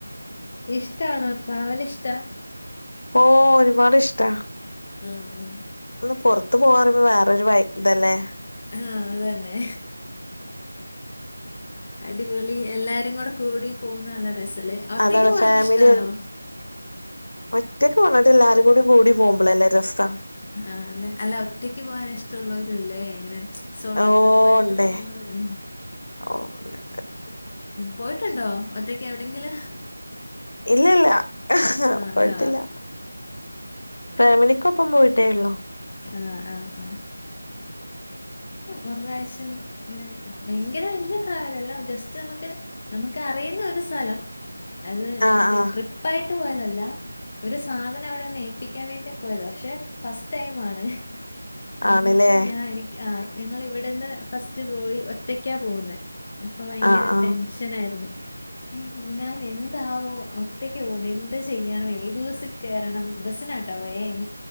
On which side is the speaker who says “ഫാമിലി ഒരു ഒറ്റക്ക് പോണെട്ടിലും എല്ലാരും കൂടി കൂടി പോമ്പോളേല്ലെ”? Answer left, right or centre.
Left